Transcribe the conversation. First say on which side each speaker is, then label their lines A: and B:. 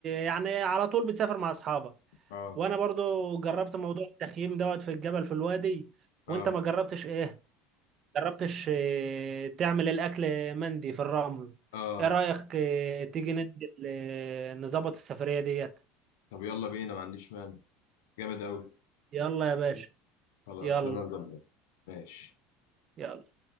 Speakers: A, on the right (about 45°); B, on the left (about 80°).
A: يعني على طول بتسافر مع اصحابك
B: اه
A: وانا برضه جربت موضوع التخييم دوت في الجبل في الوادي
B: اه
A: وانت ما جربتش ايه جربتش آه، تعمل الاكل مندي في الرمل
B: اه
A: ايه رايك آه، تيجي ننزل آه، نظبط السفريه ديت
B: طب يلا بينا ما عنديش مانع جامد أوي
A: يلا يا باشا
B: خلاص
A: يلا
B: يلا نظبط ماشي
A: يلا